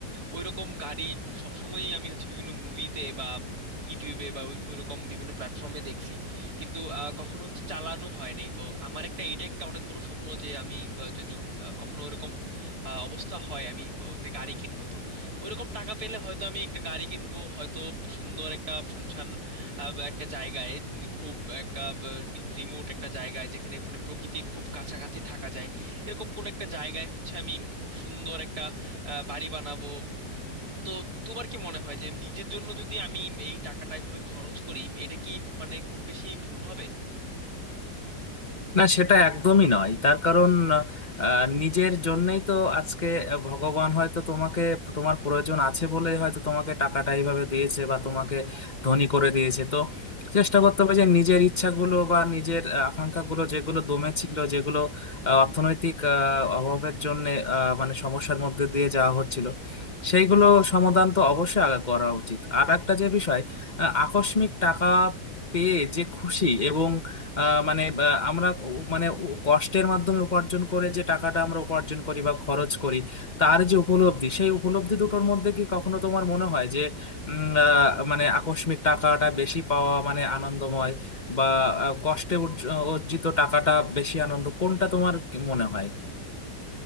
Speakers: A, on the right (about 60°); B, on the left (about 25°).
A: ওই রকম গাড়ি সবসময়ই আমি হচ্ছে বিভিন্ন মুভিতে বা ইউটিউবে বা ওই ওই রকম বিভিন্ন প্ল্যাটফর্মে দেখছি কিন্তু আহ, কখনো চালানো হয় নাই তো আমার একটা এটা একটা অনেক বড় স্বপ্ন যে আমি আহ, যদি আহ, কখনো ওরকম আহ, অবস্থা হয় আমি আহ, একটা গাড়ি কিনবো তো ওরকম টাকা পেলে হয়তো আমি একটা গাড়ি কিনবো হয়তো সুন্দর একটা শুনশান আহ, বা একটা জায়গায় নি- খুব একটা রিমোট একটা জায়গায় যেখানে মানে প্রকৃতির খুব কাছাকাছি থাকা যায় এরকম কোন একটা জায়গায় হচ্ছে আমি খুব সুন্দর একটা আহ, বাড়ি বানাবো তো তোমার কি মনে হয় যে নিজের জন্য যদি আমি এই টাকাটা এভাবে খরচ করি এটা কি মানে খুব বেশি ভুল হবে
B: না সেটা একদমই নয় তার কারণ আহ, নিজের জন্যই তো আজকে ভগবান হয়তো তোমাকে তোমার প্রয়োজন আছে বলেই হয়তো তোমাকে টাকাটা এইভাবে দিয়েছে বা তোমাকে ধনী করে দিয়েছে তো চেষ্টা করতে হবে যে নিজের ইচ্ছাগুলো বা নিজের আহ, আকাঙ্ক্ষাগুলো যেগুলো দমে ছিল যেগুলো আহ, অর্থনৈতিক আহ, অভাবের জন্য আহ, মানে সমস্যার মধ্যে দিয়ে যাওয়া হচ্ছিল সেইগুলো সমাধান তো অবশ্যই আগে করা উচিত আর একটা যে বিষয় আহ, আকস্মিক টাকা পেয়ে যে খুশি এবং আহ, মানে বা আমরা উ- মানে উ- কষ্টের মাধ্যমে উপার্জন করে যে টাকাটা আমরা উপার্জন করি বা খরচ করি তার যে উপলব্ধি সেই উপলব্ধি দুটোর মধ্যে কি কখনো তোমার মনে হয় যে উম, আহ, মানে আকস্মিক টাকাটা বেশি পাওয়া মানে আনন্দময় বা আহ, কষ্টে উর্জ- অর্জিত টাকাটা বেশি আনন্দ কোনটা তোমার কি মনে হয়